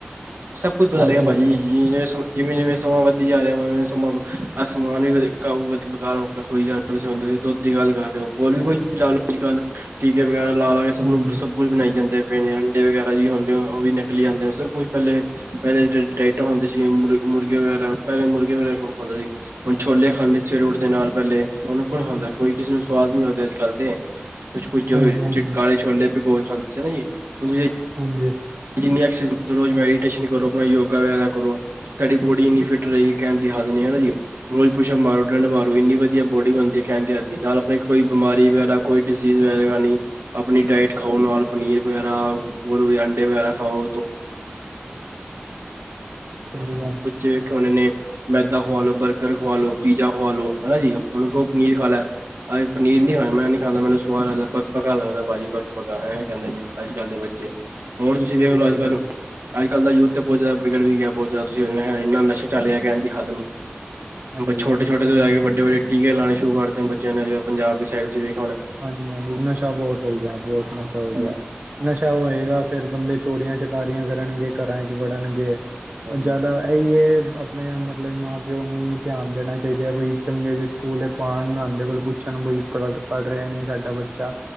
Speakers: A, on the right; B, on the right.
A: ਸਭ ਕੁਛ ਪਤਾ ਲਗਾ
B: ਅੱਜ
A: ਭਾਜੀ
B: ਦੇ ਸਮੇਂ
A: ਜਿਵੇਂ ਸਬ - ਜਿਵੇਂ, ਜਿਵੇਂ ਸਮਾਂ ਵੱਧਦੀ ਜਾ ਰਿਹਾ ਵੇ। ਸਮਾਂ ਆ ਸਮਾਨ ਵੀ ਵਧ ਵਕਾਓ, ਬੇਕਾਰਾਰ ਹੋ ਹੋਈ ਜਾ- ਤੁਹੀਂ ਦੁੱਧ ਦੀ ਗੱਲ ਕਰਦੇ ਹੋ। ਹੋਰ ਵੀ ਕੋਈ ਲਾਲ ਦੀ ਗੱਲ ਟੀਕੇ ਵਗੈਰਾ ਲਾ ਲਾ ਕੇ ਸਭ
B: ਹਾਂਜੀ
A: ਨੂੰ ਸਬ - ਕੁਛ ਬਣਾਈ ਜਾਂਦੇ, ਪਏ ਨੇ ਅੰਡੇ ਵਗੈਰਾ ਵੀ ਹੁਣ 'ਤੇ ਉਹ ਵੀ ਨਿਕਲੀ ਆਂਦੇ, ਸਭ ਕੁਛ- ਪਹਿਲੇ -ਪਹਿਲੇ ਡਾਇਟਾਂ ਹੁੰਦੀ ਸੀ। ਮੁਰਗੇ, ਮੁਰਗੇ ਵਗੈਰਾ, ਪਹਿਲੇ ਮੁਰਗੇ ਵਗੈਰਾ ਕੌਣ ਖਾਉਂਦਾ ਸੀ। ਹੁਣ ਛੋਲੇ ਖਾਂਦੇ ਸਵੇਰੇ ਉੱਠਦੇ ਨਾਲ ਪਹਿਲੇ, ਹੁਣ ਕੌਣ ਖਾਂਦਾ। ਕੋਈ ਕਿਸੇ ਨੂੰ ਸਵਾਦ ਨੀ ਲੱਗਦਾ। ਅੱਜ ਕੱਲ 'ਤੇ- ਕੁੱਛ ਪੁੱਜੇ ਹੋਏ
B: ਹਾਂਜੀ ਹਾਂਜੀ
A: ਚਿਟ- ਕਾਲੇ ਛੋਲੇ ਪਿਗੋ ਕੇ ਖਾਂਦੇ ਸੀ ਨਾ ਜੀ -
B: ਹਾਂਜੀ
A: ਜਿੰਨੀ ਐਕਰਸ ਰੋਜ਼ ਮੈਡੀਟੇਸ਼ਨ ਕਰੋ। ਆਪਣਾ ਯੋਗਾ ਵਗੈਰਾ ਕਰੋ। ਸਾਡੀ ਬੋਡੀ ਇੰਨੀ ਫਿੱਟ ਰਹੇਗੀ ਕਹਿਣ ਦੀ ਹੱਦ ਨਹੀ ਹੈਨਾ ਜੀ। ਰੋਜ਼ਪੂਸ਼ ਅੱਪ ਮਾਰੋ, ਡੰਡ ਮਾਰੋ। ਇੰਨੀ ਵਧੀਆ ਬੋਡੀ ਬਣਦੀ ਹੈ ਕਹਿੰਦੇ ਆ ਜਾਂਦੀ ਨਾਲ ਆਪਣੇ ਕੋਈ ਬਿਮਾਰੀ ਵਗੈਰਾ ਕੋਈ। ਚੀਜ਼ ਵੈਣੀ ਆਪਣੀ ਡਾਇਟ ਖਾਓ ਨਾਲ ਪਨੀਰ ਵਗੈਰਾ। <inaudible> ਜਿਵੇਂ
B: ਸਹੀ ਗੱਲ
A: ਕਿ ਉਹਨਾਂ ਨੇ ਮੈਦਾ ਖਵਾ ਲੋ, ਬਰਗਰ ਖਵਾ ਲੋ, ਪੀਜ਼ਾ ਖਵਾ ਲੋ। ਹਾਂ ਜੀ। ਉਹਨੂੰ ਕਹੋ ਪਨੀਰ ਖਾ ਲੈ। ਆ ਏ, ਪਨੀਰ ਨੀ ਖਾਣਾ, ਮੈਂ ਨੀ ਖਾਂਦਾ। ਮੈਨੂੰ ਸਵਾਦ ਏਦਾਂ ਬਕਬਕਾ ਲਗਦਾ। ਭਾਜੀ ਬਕ ਬਕਾ ਐਵੇਂ ਕਹਿੰਦੇ ਨੇ। ਅੱਜ ਕੱਲ੍ਹ ਦੇ ਬੱਚੇ। ਹੋਰ ਤੁਸੀਂ
B: ਸਹੀ
A: ਵੇਖ ਲੋ
B: ਗੱਲ
A: ਅੱਜ ਕੱਲ੍ਹ।
B: ਹੈ ਜੀ
A: ਅੱਜ ਕੱਲ ਦਾ ਯੂਥ ਨਮਤੇ ਬਹੁਤ ਜ਼ਿਆਦਾ ਵਿਗੜ ਵੀ ਗਿਆ। ਬਹੁਤ ਜ਼ਿਆਦਾ ਤੁਸੀਂ ਇੰਨਾ ਨਸ਼ਾ ਚੱਲ ਰਿਹਾ ਹੈ, ਕਹਿਣ ਦੀ ਹੱਦ ਨਹੀਂ।
B: ਹਾਂਜੀ
A: ਬਸ ਛੋਟੇ-ਛੋਟੇ ਤੋਂ ਲੈ ਕੇ ਵੱਡੇ- ਵੱਡੇ ਟੀਕੇ ਲਾਣੇ ਸ਼ੁਰੂ ਕਰਤੇ। ਬੱਚਿਆਂ ਨੇ ਅੱਜ-ਕੱਲ ਪੰਜਾਬ ਦੀ ਸਾਈਡ ਚ ਵੀ।
B: ਹਾਂ ਜੀ ਹਾਂ ਜੀ ਨਸ਼ਾ ਬਹੁਤ ਹੋ ਗਿਆ। ਬਹੁਤ ਨਸ਼ਾ
A: ਹੱਦ
B: ਹੋ ਗਿਆ।
A: ਨਹੀਂ।
B: ਨਸ਼ਾ ਹੋਏਗਾ ਫੇਰ ਬੰਦੇ। ਚੋਰੀਆਂ ਚਕਾਰੀਆਂ ਕਰਨਗੇ। ਘਰਾਂ ਚ ਵੜਨਗੇ।
A: ਹਾਂਜੀ
B: ਉਹ ਜਿਆਦਾ। ਇਹੀ ਏ ਆਪਣੇ ਮਤਲਬ ਮਾਂ ਪਿਓ ਨੂੰ ਵੀ ਧਿਆਨ ਦੇਣਾ ਚਾਹੀਦਾ ਹੈ। ਬਈ ਚੰਗੇ ਜਿਹੇ ਸਕੂਲੇ ਪਾਣ ਨਾਦੇਬਲ ਪੂਲ। ਬੱਚਿਆਂ ਨੂੰ ਕੋਈ ਪੜ੍ਹ ਪੜ੍ਹ ਰਿਹਾ ਨੀ ਸਾਡਾ ਬੱਚਾ।